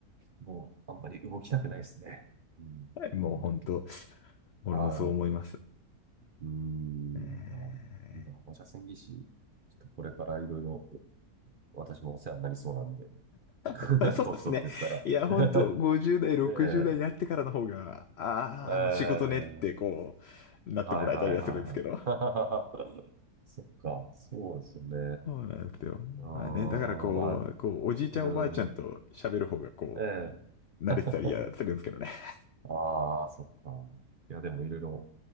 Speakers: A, on the right; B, on the left.
A: もう、あんまり動きたくないですね。うん、
B: もうほんと、
A: そうなる
B: 俺もそう思います。
A: と。はい。うーん、
B: えー
A: あの、みんな、放射線技師、ちょっとこれからいろいろ、私もお世話になりそうなんで、<laughs>
B: <laughs> そうですね。
A: 年取ってったら
B: いや、ほんと、
A: <laughs>
B: 50代、60代になってからの方が、
A: ねえ、
B: ああ、
A: えー、
B: あの仕事ねって、こう、なってもらえたりはするんですけど。
A: はいはいはいはい。<laughs> そっか、そうですよね。
B: そうなんですよ。
A: うーん、
B: まあね、だからこう、
A: あ、
B: こう、おじいちゃんおばあちゃんと喋る方がこ
A: うん、え
B: う、慣れてたりはするんですけどね。
A: え <laughs>
B: <laughs>
A: ああ、そっか。いや、でもいろいろ